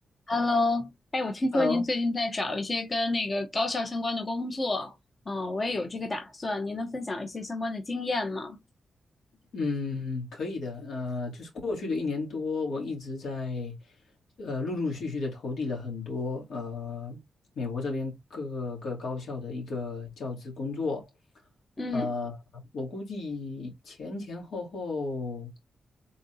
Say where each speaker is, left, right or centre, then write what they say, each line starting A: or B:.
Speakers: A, on the left (about 20°); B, on the left (about 75°).
A: Hello，哎，我听说您最近在找一些跟那个高校相关的工作，
B: Hello，
A: 嗯，我也有这个打算，您能分享一些相关的经验吗？
B: 嗯，可以的。呃，就是过去的一年多，我一直在呃陆陆续续的投递了很多呃美国这边各个高校的一个教职工作。
A: 嗯，
B: 呃，我估计前前后后，